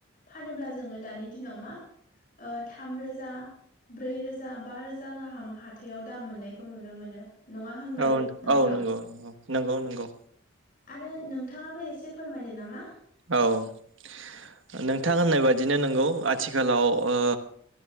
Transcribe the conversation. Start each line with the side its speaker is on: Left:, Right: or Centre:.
Left: फानोब्ला जोङो दानि दिनाव मा ओ थामरोजा ब्रैरोजा बा रोजा गाहाम हाथायाव दाम मोन्नायखौ नुनो मोनो। नङा होनबा
Right: औ
Left: नोंथां
Right: औ नंगौ नंगौ नंगौ।
Left: आरो नोंथाङाबो एसे फोरमायदो नामा?
Right: औ नोंथां होननाय बादिनो नंगौ आथिखालाव ओ